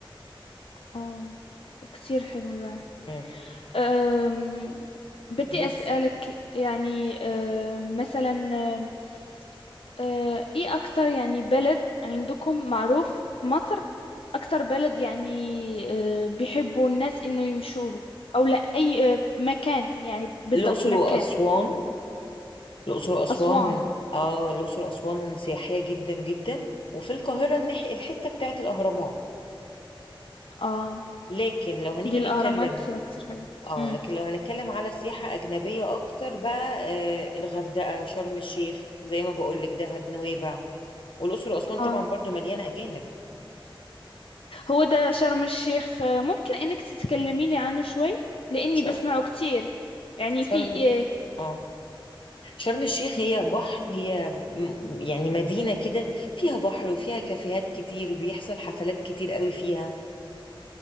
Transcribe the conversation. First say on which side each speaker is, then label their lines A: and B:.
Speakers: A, on the left (about 85°); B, on the left (about 65°).
A: اه كتير حلو ده
B: مم.
A: أم، بدي
B: بس
A: أسألك يعني أم، مثلا أم، أه، ايه اكثر يعني بلد عندكم معروف في مصر اكثر بلد يعني أه، بيحبوا الناس انه يمشوا له او لا اي أه، مكان يعني بالضبط
B: الأقصر
A: مكان
B: وأسوان الأقصر وأسوان
A: اسوان
B: آه الأقصر وأسوان سياحية جدا جدا وفي القاهرة الناحية الحتة بتاعت الأهرامات
A: اه
B: لكن لو هنيجي
A: دي الاهرامات
B: نتكلم
A: كتير حلوه
B: اه
A: امم
B: لكن لو هنتكلم على سياحة أجنبية أكتر بقى آه الغردقة شرم الشيخ زي ما بقولك دهب نويبع والأقصر وأسوان
A: اه
B: طبعا برضو مليانة أجانب
A: هو ده شرم الشيخ أه، ممكن انك تتكلميني عنه شوي لاني
B: شرم
A: بسمعه كتير يعني
B: شرم
A: في ايه
B: اه شرم الشيخ هي بحر هي م- يعني مدينة كده فيها بحر وفيها كافيهات كتير وبيحصل حفلات كتير قوي فيها